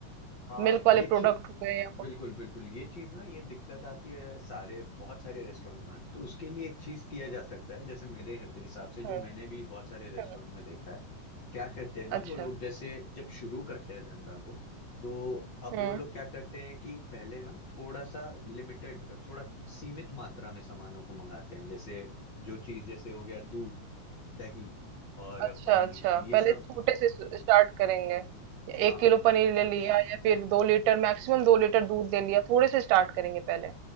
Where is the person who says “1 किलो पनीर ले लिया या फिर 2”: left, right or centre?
Right